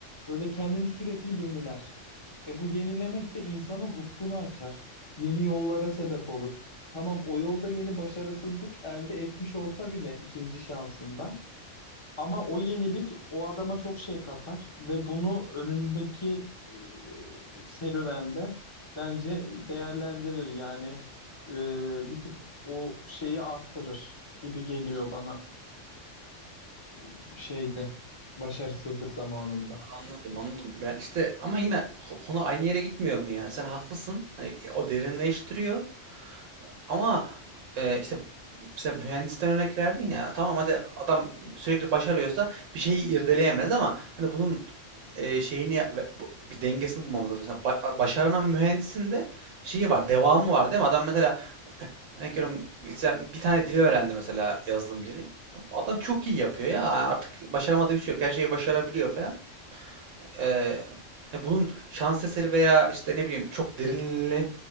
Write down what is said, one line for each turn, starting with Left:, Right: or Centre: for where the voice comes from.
Left: Böyle kendini sürekli yeniler. E bu yenilemek de insanın ufkunu açar. Yeni yollara sebep olur. Tamam o yolda yeni başarısızlık elde etmiş olsa bile ikinci şansında. Ama o yenilik o adama çok şey katar ve bunu önündeki e, serüvende bence değerlendirir. Yani e, bir tık o şeyi arttırır gibi geliyor bana e, şeyde başarısızlık zamanında.
Right: Anladım anladım. Ben işte ama yine ko- konu aynı yere gitmiyor mu yani? Sen haklısın. Hani e, o derinleştiriyor ama e, işte mesela mühendisten örnek verdin ya. Tamam hadi adam sürekli başarıyorsa bir şeyi irdeleyemez ama hani bunun e, şeyini ya- ve bu- bir dengesini bulmamız lazım. Mesela ba- başaran mühendisin de şeyi var, devamı var değil mi? Adam mesela örnek veriyorum bilgisayar- bir tane dili öğrendi mesela yazılım dili. Adam çok iyi yapıyor ya. Artık başaramadığı bir şey yok. Her şeyi başarabiliyor falan. Eee, e, bunun şans eseri veya işte ne bileyim çok derinle,